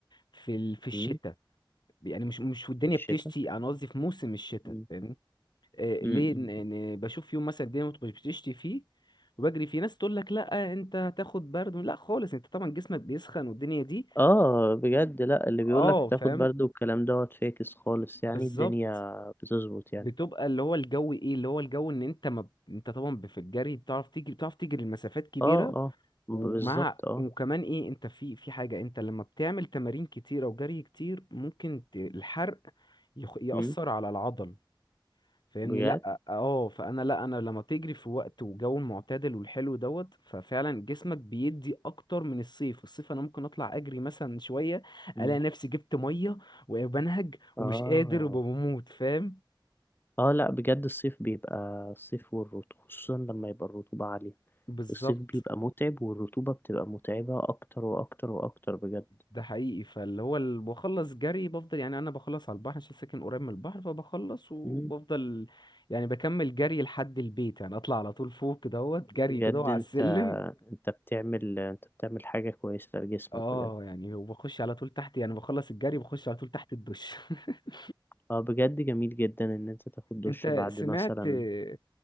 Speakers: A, on the left (about 60°); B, on the left (about 25°).
A: في ال... في الشتاء
B: مم،
A: يعني مش مش والدنيا
B: في الشتاء
A: بتشتي انا قصدي في موسم الشتاء
B: مم،
A: آه،
B: مم،
A: ليه
B: مم.
A: ان إن بشوف يوم مثلا الدنيا مت- بتشتي فيه وبجري فيه ناس تقول لك لا انت هتاخد برد لا خالص انت طبعا جسمك بيسخن والدنيا دي
B: اه بجد لا اللي بيقولك
A: اه فاهم
B: تاخد برد والكلام دوت فاكس خالص يعني
A: بالظبط
B: الدنيا بتظبط يعني
A: بتبقى اللي هو الجو ايه اللي هو الجو ان انت ما ب- انت طبعا ب- في الجري بتعرف تجري بتعرف تجري المسافات كبيره
B: اه اه ب-
A: ومع
B: بالظبط اه
A: وكمان ايه انت في في حاجه انت لما بتعمل تمارين كتيره وجري كتير ممكن ت- الحرق يخ- يأثر
B: مم،
A: على العضل فاهمني
B: بجد
A: لا اه فانا لا انا لما بتجري في وقت وجو معتدل والحلو دوت ففعلا جسمك بيدي اكتر من الصيف الصيف انا ممكن اطلع اجري مثلا شويه
B: مم.
A: الاقي نفسي جبت ميه وبنهج
B: اه
A: ومش قادر وبموت فاهم
B: اه لا بجد الصيف بيبقى الصيف والرطوبة خصوصا لما يبقى الرطوبة عالية
A: بالظبط
B: الصيف بيبقى متعب والرطوبة بتبقى متعبة اكتر واكتر واكتر بجد
A: ده حقيقي فاللي هو ال- بخلص جري بفضل يعني انا بخلص على البحر عشان ساكن قريب من البحر فبخلص وبفضل
B: مم.
A: يعني بكمل جري لحد البيت يعني اطلع على طول فوق دوت جري
B: بجد
A: كده وعلى
B: انت
A: السلم
B: انت بتعمل انت بتعمل حاجة كويسة لجسمك
A: اه
B: بجد
A: يعني وبخش على طول تحت يعني بخلص الجري بخش على طول تحت الدش <laughs>
B: اه بجد جميل جدا ان انت تاخد دش
A: انت
B: بعد
A: سمعت
B: مثلا
A: آه،